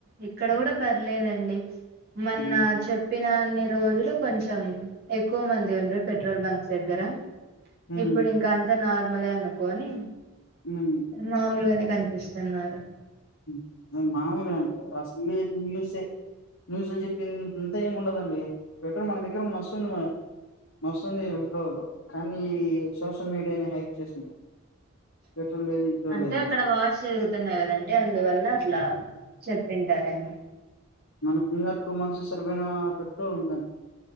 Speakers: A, on the right; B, on the left.
A: ఇక్కడ కూడా పర్లేదండి మొన్న
B: మ్మ్
A: చెప్పిన అన్ని రోజు కొంచెం ఎక్కువ మంది ఉండ్రి పెట్రోల్ బంక్స్ దగ్గర.
B: మ్మ్
A: ఇప్పుడు ఇంకా అంత నా. ర్మల్ అనుకొని
B: మ్మ్
A: మాములుగానే కనిపిస్ తున్నారుా
B: హు అదే మామూలుగు అనుకో ఇంగు ఇంగ్లీషే న్యూస్ లో చెప్పిన్ అంత ఏమ్ ఉండదండి పెట్రోల్ మనదగ్గర మస్తూ ఉంద్ మరి వస్తుంది పెట్రోలు కానీ సోషల్ మీడియానే హైప్ చేసింది పెట్రోల్ లేదు గిట్రోల్
A: అంటే
B: లేదని
A: అక్కడ వార్స్ జరుగుతున్నాయి కదండ్ లే అందువల్ల అట్లా చెప్పింటారు త్యమో
B: మనకిి ఈయర్ టూ మంత్స్ సరిపోయిన పెట్రోల్ ఉందండి